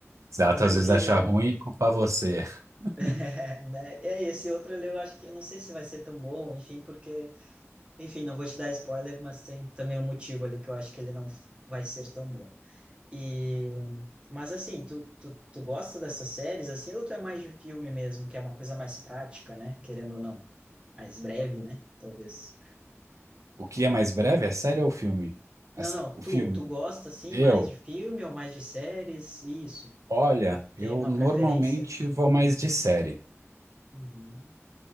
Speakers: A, on the right; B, on the right.
A: Exato,
B: Eu lembro
A: às vezes
B: que,
A: achar ruim e culpar você. <laughs>
B: <laughs> né, e aí, esse outro eu acho que, eu não sei se vai ser tão bom, enfim, porque enfim, não vou te dar spoiler, mas tem também um motivo ali que eu acho que ele não vai ser tão bom. E mas assim, tu, tu, tu gosta dessas séries assim ou tu é mais de filme mesmo, que é uma coisa mais prática, né? Querendo ou não, mais breve, né? Talvez.
A: O que é mais breve? É série ou filme?
B: Não,
A: A sé-
B: não,
A: O
B: tu,
A: filme.
B: tu gosta assim
A: Eu,
B: mais de filme ou mais de séries? Isso.
A: olha,
B: Tu tem
A: eu
B: uma
A: normalmente
B: preferência?
A: vou mais de série.
B: Uhum,